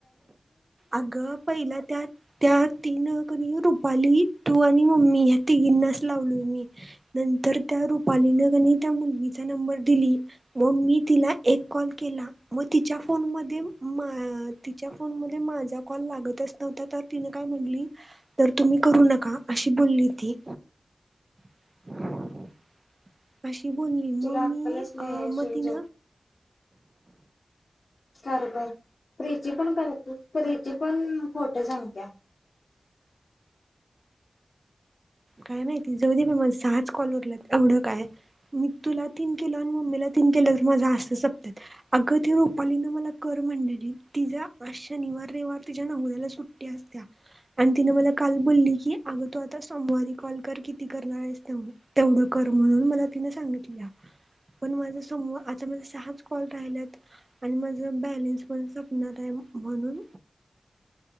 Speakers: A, on the right; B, on the left.
A: अग पहिला त्या त्या तीन. कनी रुपाली तू आणि मम्मी या तिघींनाच लावले मी नंतर त्या रुपालीने कनी त्या मुलगीचा नंबर दिली, व मी तिला एक कॉल केला, व तिच्या फोन मध्ये मा तिच्या फोन मध्ये माझा कॉल लागतच नव्हता तर तिने काय म्हटली तर तुम्ही करू नका अशी बोलली ती. <inaudible> अशी. बोलली
B: तुला
A: मग
B: अक्कलच
A: मी
B: नाही
A: अ
B: सोड
A: मग तीन.
B: खर बर प्रिची पण करत परिची. पण खोट सांगत्या.
A: काय नाही ति जाऊ दे बाबा सहाच कॉल उरल्यात एवढं काय मी तुला तीन केल आणि मम्मीला तीन केलं तर माझा असं सपत अगं त रुपालीन मला कर म्हणलेली तिच्या आ शनिवार रविवार तिच्या नवऱ्याला सुट्टी असत्या आणि तिनं मला काल बोलली की अग तू आता सोमवारी कॉल कर किती करणार आहेस तेवढं कर म्हणून मला तिनं सांगितल्या पण माझ सम आता माझ सहाच कॉल राहिलेत आणि माझ बॅलेन्स पण सपणार आहे म्हणून